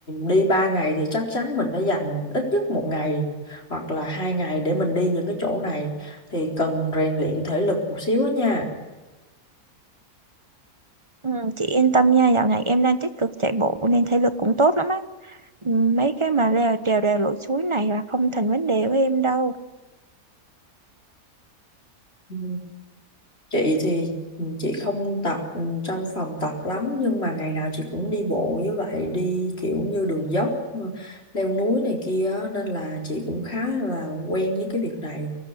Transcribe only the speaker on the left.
đi 3 ngày thì chắc chắn mình phải dành ít nhất một ngày hoặc là hai ngày để mình đi những cái chỗ này thì cần rèn luyện thể lực một xíu á nha.
Ừ. chị thì ừ, chị không tập ừ, trong phòng tập lắm nhưng mà ngày nào chị cũng đi bộ với vậy đi kiểu như đường dốc ừ, leo núi này kia á, nên là chị cũng khá là quen với cái việc này